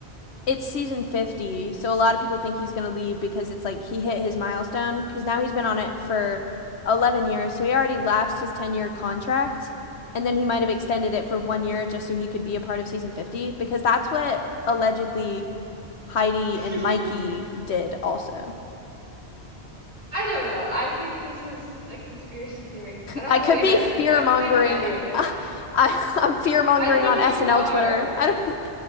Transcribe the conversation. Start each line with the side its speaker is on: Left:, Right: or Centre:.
Left: it's season 50, so a lot of people think he's gonna leave because it's like he hit his milestone because now he's been on it for 11 years, so he already lapsed his 10-year contract and then he might have extended it for one year just so he could be a part of season 50 because that's what allegedly Heidi
Right: <laughs>
Left: and Mikey did also.
Right: I don't know. I think this is a conspiracy theory. I don't
Left: I
Right: believe
Left: could be
Right: it.
Left: fear
Right: I don't
Left: mongering.
Right: believe any of
Left: <laughs>
Right: it.
Left: I, I'm fear mongering
Right: I think
Left: on SNL
Right: you are.
Left: Twitter. I don't think...